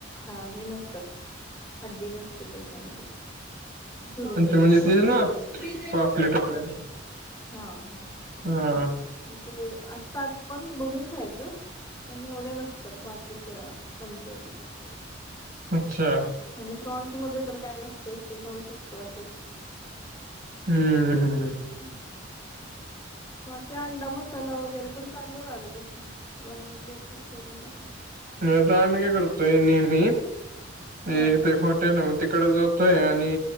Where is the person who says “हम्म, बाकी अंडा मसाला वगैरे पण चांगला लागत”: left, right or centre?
Left